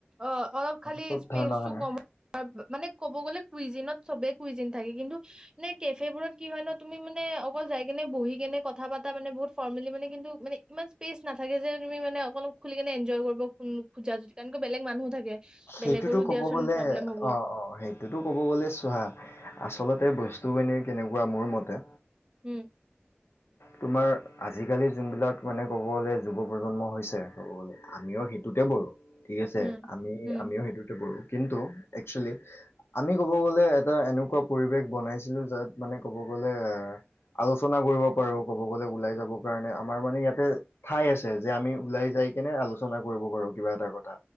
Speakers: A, on the right (about 20°); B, on the left (about 80°).
A: অ' অলপ খালি
B: চব
A: স্পেচটো
B: ধৰণৰ খানা
A: কম হয় মানে ক'ব গলে কুইজিনত চবে কুইজিন থাকে কিন্তু, ন কেফেবোৰত তুমি মানে অকল যাই কেনে বহি কেনে কথা পাতা মানে বহুত ফৰ্মেলি মানে কিন্তু মানে ইমান স্পেচ নাথাকে যে তুমি মানে অলপ খুলি কেনে এনজয় কৰিব খোজা য কাৰে বেলেগ মানুহো থাকে
B: সেইটোতো
A: বেলেগৰো
B: কব
A: দিয়াচোন
B: গলে
A: প্ৰব্লেম হ'ব
B: অ' অ' সেইটোতো কব গলে চোৱা আচলতে বস্তুখিনি কেনেকুৱা মোৰ মতে,
A: উম।
B: তোমাৰ আজিকালি যোনবিলাক মানে কব গলে যুৱ প্ৰজন্ম হৈছে কব গলে আমিও সেইটোতে ঠিক আছে
A: উম,
B: আমি
A: উম,
B: আমিও সেইটোতে কিন্তু একচুৱেলি আমি ক'ব গ'লে এটা এনেকুৱা পৰিৱেশ বনাইছিলোঁ যাত মানে ক'ব গ'লে আলোচনা কৰিব। ৰ ক'ব গ'লে ওলাই যাবৰ কাৰণে আমাৰ মানে ইয়াতে ঠাই আছে যে আমি ওলাই যাই কেনে আলোচনা কৰিব পাৰো কিবা এটা কথা